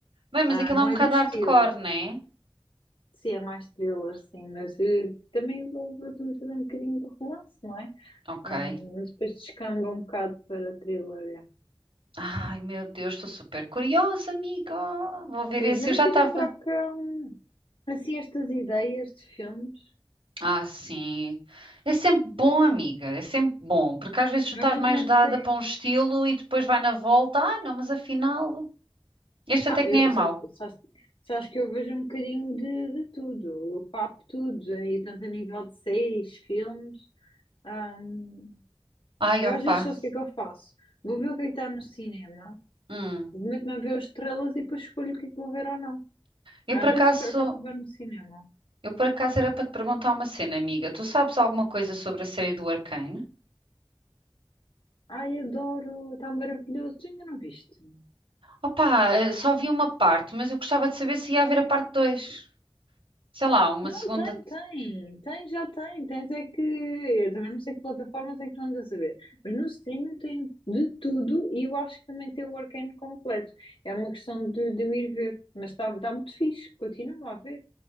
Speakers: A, on the right (about 85°); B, on the left (about 85°).
A: Bem, mas
B: Ah,
A: aquilo
B: não
A: é um
B: é
A: bocado
B: do estilo.
A: hardcore, né?
B: Sim, é mais thriller, sim, mas eh, também envolve também um bocadinho de romance, não é?
A: Ok.
B: Ah, mas depois descamba um bocado para thriller. é.
A: Ai, meu Deus, estou super curiosa, amiga. Vou ver
B: Mas
A: esse.
B: ainda
A: Eu
B: bem
A: já
B: que
A: estava.
B: a gente troca hum, assim estas ideias de filmes.
A: Ah, sim. É sempre bom, amiga, é sempre bom, porque às vezes tu
B: Nós
A: estás mais
B: nem
A: dada
B: sei.
A: para um estilo e depois vai na volta, ai não, mas afinal, este
B: Ah,
A: até
B: eu,
A: que nem é mau.
B: sa- sa- sabes que eu vejo um bocadinho de, de tudo, eu papo tudo, e tanto a nível de séries, filmes. hum,
A: Ai,
B: eu
A: opá.
B: às vezes só sei o que é que eu faço. Vou ver o que é que está no cinema,
A: Hum.
B: meto-me a ver as estrelas e depois escolho o que é que vou ver ou não.
A: Eu
B: Às
A: por acaso,
B: vezes que acabo de ver no cinema.
A: eu por acaso era para te perguntar uma cena, amiga. Tu sabes alguma coisa sobre a série do Arcane?
B: Ai, adoro, está maravilhoso, tu ainda não viste?
A: Opá, eh, só vi uma parte, mas eu gostava de saber se ia haver a parte 2. Sei lá, uma
B: Não,
A: segunda.
B: tem, tem, tem, já tem. Tens é que. Eu também não sei que plataformas é que tu andas a ver, mas no streaming tem de tudo e eu acho que também tem o Arcane completo. É uma questão de, de eu ir ver, mas está tá tá muito fixe, continua a ver.